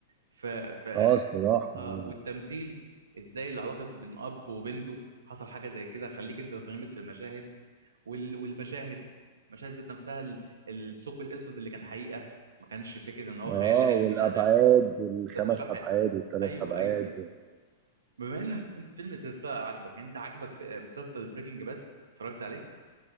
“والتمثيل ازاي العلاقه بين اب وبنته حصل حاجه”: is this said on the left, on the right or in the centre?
Right